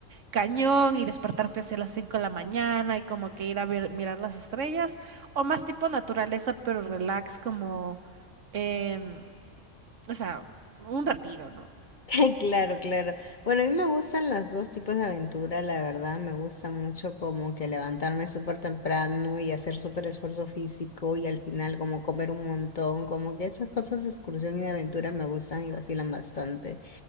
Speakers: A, on the right (about 75°); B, on the left (about 40°).
A: cañón y despertarte hacia las 5 de la mañana y como que ir a ver, mirar las estrellas, o más tipo naturaleza, pero relax, como, em, o sea, un retiro, ¿no?
B: <laughs> claro, claro. Bueno, a mí me gustan las dos tipos de aventura, la verdad. Me gusta mucho como que levantarme súper temprano y hacer súper esfuerzo físico y al final como comer un montón, como que esas cosas de excursión y de aventura me gustan y vacilan bastante.